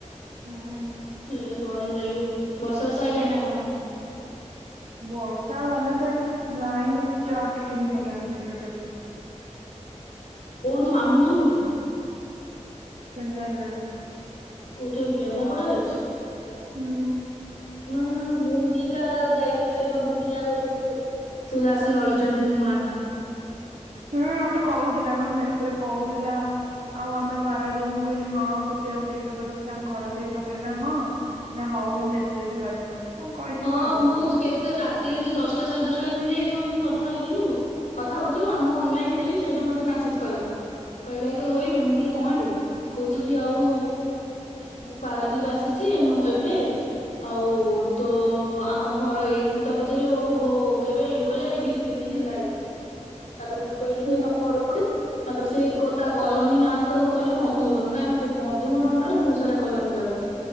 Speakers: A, on the right (about 85°); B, on the left (about 85°).
A: ହୁଁ।
B: ଏ ଗରମ ଲାଇଯଉ ବର୍ଷା ବର୍ଷାାଇ ଲାଇନା କଣ?
A: ବର୍ଷା ହେଲେ ତ ଏଠ ଲାଇନ୍ ଚାଟ କେନି କଟା ହଉଛି ଟୋଟାଲି
B: କୋଉଠି ତୁ ମାମୁଁ ଘର କୋଉଠି?
A: କେନ୍ଦ୍ରାପଡ଼ା।
B: ଓ ତ କେନ୍ଦ୍ରାପଡ଼ା ରହିଛି।
A: ହୁଁ।
B: ହୁଁ ଭୂମିକା ଯାଇଥିଲେ ସେଦ ଭୂମିକା ଘରକୁ ସେ ଚାଷ ରହିଛନ୍ତି ନୂଆ।
A: ହୁଁ ମତେ କହୁଥିଲା ମତେ ମେସେଜ କହୁଥିଲା ଆଉ ଆମେ ପାରାଦବୁ ମୁଁ କହିଲି ହଁ ସୋପିଆକୁ ଦେଖା କରିଦବୁ ତାଙ୍କ ଘର ସେଇଠି ପାଖରେ ନା ହଁ ନା ହଉ ମୁଁ ମେସେଜ କରେ। କଣ କହିଥିବ
B: ହଁ
A: ଆଉ।
B: ମୁଁ କେତେ ରାତିରେ ଏମିତି ଦଶଟା ସାଢେ ଦଶଟା ହେଇଥିଲା ମାନେ କଥା ହେଉଥିଲୁ କଥା କଉଥିଲୁ କଣ ମୁଁ ଅନଲାଇନ ଥିଲି ସେଇଠୁ ମୋତେ ମେସେଜ୍ କଲା କହିଲା କି ହିବି ମୁଁ କହିଲି କହିବି କହୁଛି କି ଆଉ ମୁଁ ପାରାଦ୍ୱୀପ ଆସିଛି ଏବେ ଆଉ। ତ ଆମ ଘର ଏ ମୁଁ ତା ପଚାରିଲି ଓହୋ କେବେ ଆଇଲୁ କହିଲା ଏଇ ଦି ତିନି ଦିନ ହେଲା ହେଇଛି। ତାପରେ ମୁଁ କହିଲି
A: ହୁଁ
B: କିଉ ତମ ଘର ବୋଉଡିି ତାପରେ ସେ ତା କଲୋନୀ ନାଁ ତ କହିଲା ମଧୁବନ କାହିଁକି ମଧୁବନଣ୍ଡ
A: ହୁଁ।
B: ରେ ବହୁତ ସାରା କଲୋନୀ ଯାଉଛି।